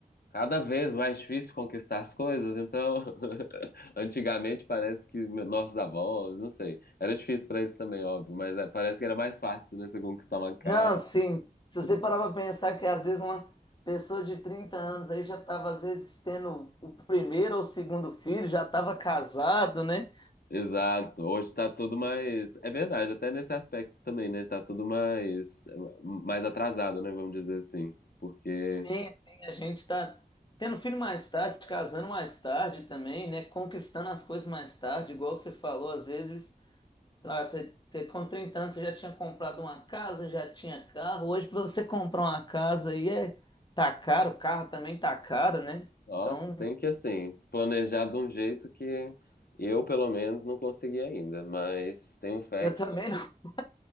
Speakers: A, on the left; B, on the left.
A: cada vez mais difícil conquistar as coisas, então <laughs> antigamente parece que meu- nossos avós, não sei, era difícil para eles também, óbvio, mas é, parece que era mais fácil, né, você conquistar uma casa,
B: Não, sim. Se
A: você
B: você
A: conquistar-
B: parar para pensar que às vezes uma pessoa de 30 anos aí já estava às vezes tendo o primeiro ou o segundo filho, já estava casado, né?
A: Exato. Hoje tá tudo mais, é verdade, até nesse aspecto também, né? Tá tudo mais mais atrasado, né, vamos dizer assim, porque
B: Sim, sim, a gente está tendo filho mais tarde, casando mais tarde também, né? Conquistando as coisas mais tarde, igual você falou, às vezes sei lá, você ter, com 30 anos você já tinha comprado uma casa, já tinha carro. Hoje, para você comprar uma casa aí é tá caro, o carro também tá caro, né?
A: Nossa,
B: Então,
A: tem que assim, se planejar de um jeito que eu, pelo menos, não consegui ainda. Mas tenho fé
B: eu
A: que
B: também não <laughs>